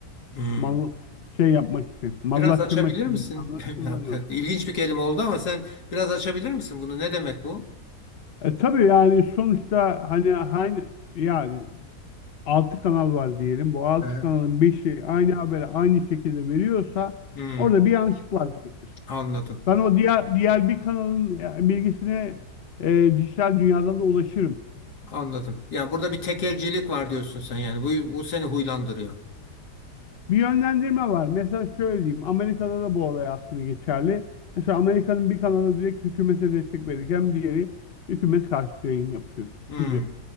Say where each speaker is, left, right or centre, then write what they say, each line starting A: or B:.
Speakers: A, on the left (about 75°); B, on the left (about 45°).
A: Hmm.
B: Mal şey yapmak için, mallaştırmak
A: Biraz açabilir
B: için
A: misin?
B: insanları
A: <laughs>
B: kullanıyorlar.
A: İlginç bir kelime oldu ama sen biraz açabilir misin bunu? Ne demek bu?
B: E tabii yani sonuçta hani hani yani Altı kanal var diyelim. Bu altı
A: Ee,
B: kanalın beşi aynı haberi aynı şekilde veriyorsa
A: Hmm,
B: orada bir yanlışlık var demektir.
A: anladım.
B: Ben o diğer diğer bir kanalın e, bilgisine e, dijital dünyadan da ulaşırım.
A: Anladım. Yani burada bir tekelcilik var diyorsun sen yani. Bu, bu seni huylandırıyor.
B: Bir yönlendirme var. Mesela şöyle diyeyim. Amerika'da da bu olay aslında geçerli. Mesela Amerika'nın bir kanalı direkt hükümete destek verirken diğeri hükümet karşıtı yayın yapıyor
A: Hmm.
B: gibi